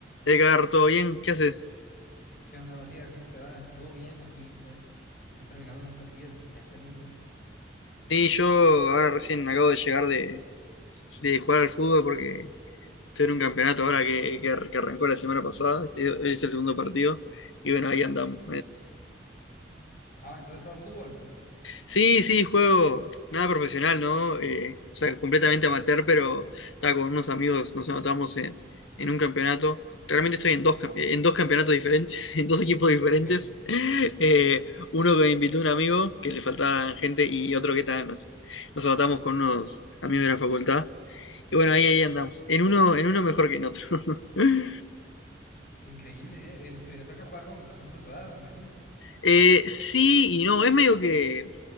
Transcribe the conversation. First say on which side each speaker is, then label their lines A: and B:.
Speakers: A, on the left (about 85°); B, on the left (about 50°).
A: Edgar, ¿todo bien? ¿Qué haces?
B: ¿Qué onda, Matías? ¿Cómo te va? ¿Todo bien? Aquí estoy. Estoy terminando unas cosillas que tenías pendientes.
A: Sí, yo ahora recién acabo de llegar de, de jugar al fútbol porque estoy en un campeonato ahora que, que, que arrancó la semana pasada. Este es el segundo partido. Y bueno, ahí andamos.
B: Ah, entonces juegas fútbol.
A: Sí, sí, juego nada profesional, ¿no? Eh, o sea, completamente amateur, pero estaba con unos amigos, nos anotamos en, en un campeonato. Realmente estoy en dos,
B: Ajá.
A: cam- en dos campeonatos diferentes, <laughs> en dos equipos diferentes.
B: Ok.
A: <laughs>
B: Ojo.
A: Eh, uno que me invitó un amigo, que le faltaba gente, y otro que ta, nos, nos anotamos con unos amigos de la facultad. Y bueno, ahí, ahí andamos. En uno, en uno mejor que en otro. <laughs>
B: Increíble, ¿eh? En- te toca jugar con personas de tu edad, me imagino.
A: Eh, sí y no, es medio que